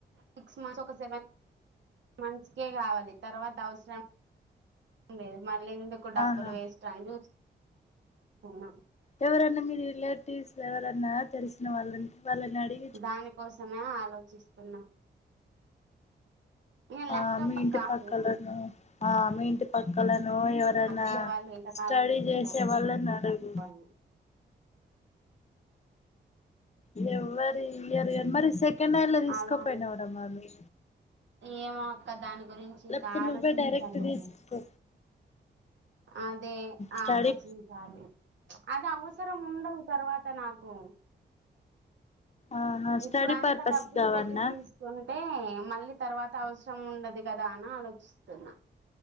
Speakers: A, on the right; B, on the left.
A: సిక్స్ మంత్స్ ఒక సెవెన్ మంత్స్ కే కావాలి తర్వాత అవసరం లేదు మళ్ళ ఎందు కు డబ్బులు
B: ఆహా
A: వేస్ట్ అని చూస్తున్న
B: ఎవరన్నా మీ రిలేటివ్స్ ఎవరన్నా తెలిసిన వాళ్ళకి వాళ్ళని అడి
A: దాని కోసమే ఆలోచిస్తున్నా ఇక ల్యాప్టాప్
B: ఆ మీ ఇంటి
A: కాదు
B: పక్కాలనో ఆ ఇంటి పక్కలనో ఎవరైనా
A: అదే వాళ్ళు ఎంతకాలానికి
B: స్టడీ
A: ఇస్తారు
B: చేసే వాళ్ళని అడుగు
A: అని
B: ఎవరు ఇయర్ మరి సెకండ్ హ్యాండ్ లా తీసుకోపోయినావు
A: అలా
B: రా మరి
A: ఏమో అక్క దాని గురించి
B: లేకపోతే
A: ఇంకా ఆలోచించాలదు
B: నువ్వే డైరెక్ట్ తీసుకో
A: అదే ఆలోచించాలి
B: స్టడీ
A: అది అవసరం ఉండదు తర్వాత నాకు
B: ఆహా
A: ఇప్పుడు
B: స్టడీ
A: అంతా
B: పర్పస్
A: డబ్బులు
B: కావల్నా
A: పెట్టి తీసు కుంటే మళ్ళీ తర్వాత అవసరం ఉండదు కదా అని ఆలోచిస్తున్నా